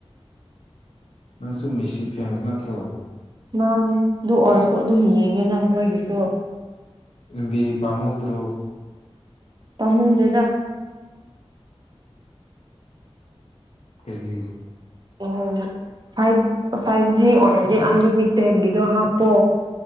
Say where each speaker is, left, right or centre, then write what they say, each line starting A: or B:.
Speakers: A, on the left; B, on the right.
A: ꯅꯪꯁꯨ ꯃꯦꯁꯤ ꯐꯦꯟꯁ ꯅꯠꯇ꯭ꯔꯣ
B: ꯃꯥꯅꯦ ꯑꯗꯨ ꯑꯣꯏꯔꯁꯨ ꯑꯗꯨꯝ ꯌꯦꯡꯉꯦꯅ ꯃꯣꯏꯒꯤꯁꯨ
A: ꯕꯤ ꯄꯃꯨꯗ꯭ꯔꯣ
B: ꯄꯃꯨꯗꯦꯗ
A: ꯀꯩꯒꯤ
B: ꯑꯣꯕ ꯐꯥꯏꯚ ꯐꯥꯏꯚ ꯖꯤ ꯑꯣꯜꯔꯦꯗꯤ ꯑꯟꯂꯤꯃꯤꯇꯦꯠꯀꯤꯗꯣ ꯍꯥꯞꯄꯣ